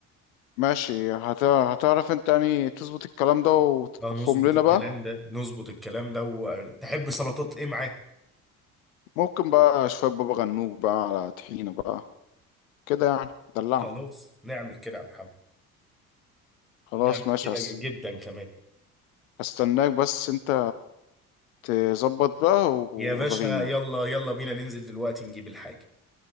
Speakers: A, on the left; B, in the centre.
A: ماشي هت... هتعرف انت يعني تظبط الكلام ده وتطبخهم
B: اه نظبط
A: لنا
B: الكلام
A: بقى
B: ده نظبط الكلام ده وتحب سلطات ايه معاه
A: ممكن بقى شوية بابا غنوج بقى على طحينة بقى كده يعني دلعنا
B: خلاص نعمل كده يا محمد
A: خلاص
B: نعمل
A: ماشي
B: كده
A: هس...
B: جدا كمان
A: هستناك بس انت تظبط بقى ولغيني
B: يا باشا
A: يعني
B: يلا يلا بينا ننزل دلوقتي نجيب الحاجة